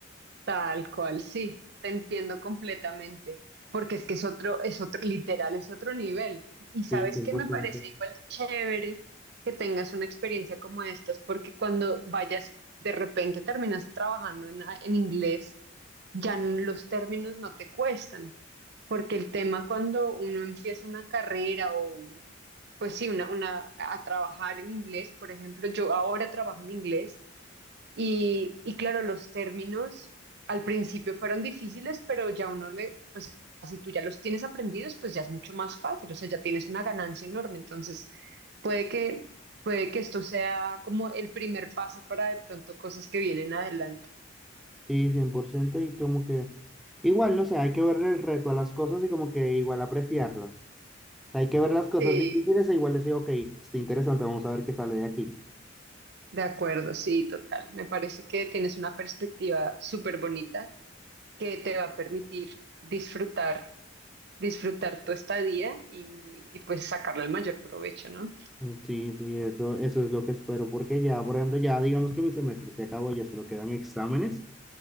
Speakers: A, on the right; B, in the centre.
A: Tal cual, sí, te entiendo completamente, porque es que es otro, es otro, literal, es otro nivel. Y sabes
B: sí, cien
A: que
B: por
A: me
B: ciento,
A: parece igual chévere que tengas una experiencia como estas, porque cuando vayas, de repente terminas trabajando en, a- en inglés, ya n- los términos no te cuestan, porque el tema cuando uno empieza una carrera o, pues sí, una, una, a trabajar en inglés, por ejemplo, yo ahora trabajo en inglés. Y, y claro, los términos al principio fueron difíciles, pero ya uno le, pues si tú ya los tienes aprendidos, pues ya es mucho más fácil, o sea, ya tienes una ganancia enorme. Entonces, puede que, puede que esto sea como el primer paso para de pronto cosas que vienen adelante.
B: sí, 100% y como que... Igual, no sé, hay que ver el reto a las cosas y como que igual apreciarlas. sea, hay que ver las cosas
A: Sí.
B: difíciles e igual decir, ok, está interesante, vamos a ver qué sale de aquí.
A: De acuerdo, sí, total. Me parece que tienes una perspectiva súper bonita que te va a permitir disfrutar, disfrutar tu estadía y, y pues sacarle el mayor provecho, ¿no?
B: Mm, Sí, sí, eso, eso es lo que espero, porque ya, por ejemplo, ya digamos que mi semestre se acabó, ya solo quedan exámenes,